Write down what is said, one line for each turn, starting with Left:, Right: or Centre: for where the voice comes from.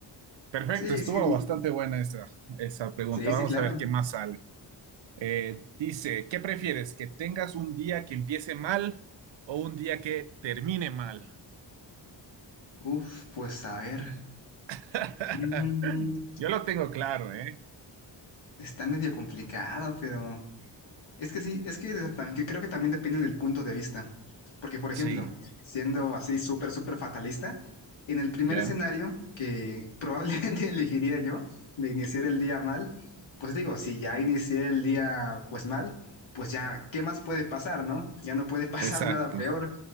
Right: Perfecto,
Left: Sí,
Right: estuvo
Left: sí, sí,
Right: bastante buena esa, esa pregunta.
Left: sí,
Right: Vamos
Left: sí, claro.
Right: a ver qué más sale. Eh, dice, ¿qué prefieres? ¿Que tengas un día que empiece mal o un día que termine mal?
Left: Uf, pues a ver.
Right: <laughs>
Left: Mm,
Right: Yo lo tengo claro, ¿eh?
Left: está medio complicado, pero... Es que sí, es que de- también, que creo que también depende del punto de vista. Porque, por ejemplo,
Right: Sí,
Left: siendo así súper, súper fatalista, en el primer
Right: Ya,
Left: escenario que probablemente <laughs> elegiría yo de iniciar el día mal, pues digo, si ya inicié el día pues mal, pues ya, ¿qué más puede pasar, no? Ya no puede pasar
Right: exacto,
Left: <laughs> nada peor.